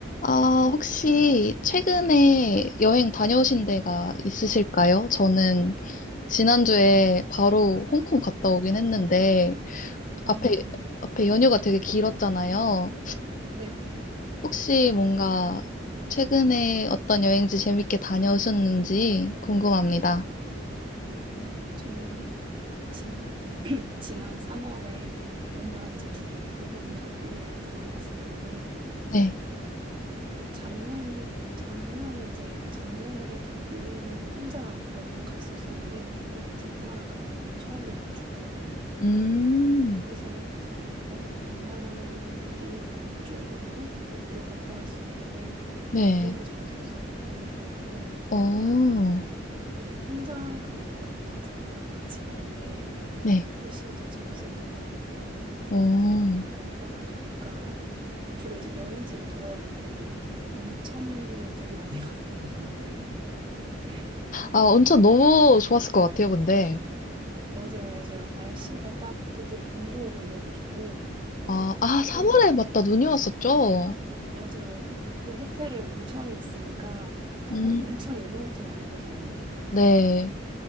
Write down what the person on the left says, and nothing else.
아, 혹시 최근에 여행 다녀오신 데가 있으실까요? 저는 지난주에 바로 홍콩 갔다 오긴 했는데,
앞에, 앞에 연휴가 되게 길었잖아요.
혹시 뭔가 최근에 어떤 여행지 재밌게 다녀오셨는지 궁금합니다.
네.
음,
네.
어,
네.
어.
아, 온천 너무 좋았을 것 같아요, 근데.
아, 아, 3월에
맞다, 눈이 왔었죠?
음,
네.